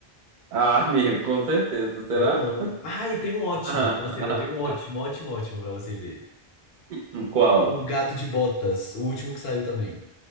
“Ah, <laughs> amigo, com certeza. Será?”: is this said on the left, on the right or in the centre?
Right